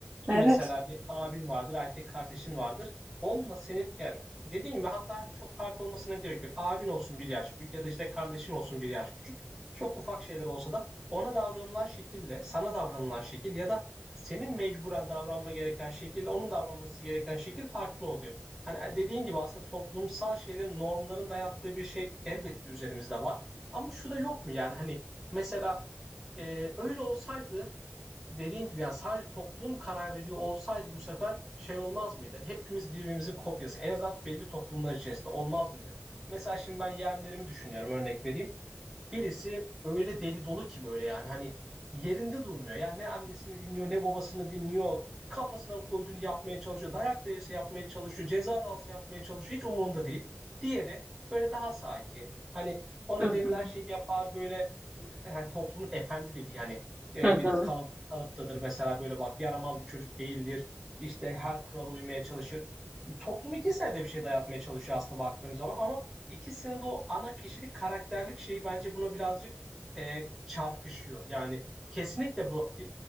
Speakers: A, on the right (about 30°); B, in the centre.
A: Evet.
B: Mesela bir abin vardır, erkek kardeşin vardır. Onunla senin eğer dediğim gibi hatta çok fark olmasına gerek yok. Abin olsun bir yaş büyük ya da işte kardeşin olsun bir yaş küçük. Çok ufak şeyler olsa da ona davranılan şekille, sana davranılan şekil ya da senin mecburen davranma gereken şekille onun davranması gereken şekil farklı oluyor. Hani dediğin gibi aslında toplumsal şeylerin, normların dayattığı bir şey elbette üzerimizde var. Ama şu da yok mu yani hani mesela e, öyle olsaydı dediğin gibi yani sadece toplum karar veriyor olsaydı bu sefer şey olmaz mıydı? Hepimiz birbirimizin kopyası. En azından belli toplumlar içerisinde olmaz mıydı? Mesela şimdi ben yeğenlerimi düşünüyorum örnek vereyim. Birisi öyle deli dolu ki böyle yani hani yerinde durmuyor. Yani ne annesini dinliyor ne babasını dinliyor. Kafasına koyduğunu yapmaya çalışıyor. Dayak da yese yapmaya çalışıyor. Ceza da alsa yapmaya çalışıyor. Hiç umurunda değil. Diğeri böyle daha sakin. Hani ona
A: Hı hı.
B: denilen şeyi yapar böyle yani toplumun efendi dediği yani e,
A: Hı hı.
B: bir kalıp, kalıptadır mesela böyle bak yaramaz bir çocuk değildir. İşte her kurala uymaya çalışır. E, Toplum ikisine de bir şey dayatmaya çalışıyor aslında baktığım zaman ama İkisinin de o ana kişilik karakterlik şeyi bence buna birazcık e, çarpışıyor. Yani kesinlikle bu e,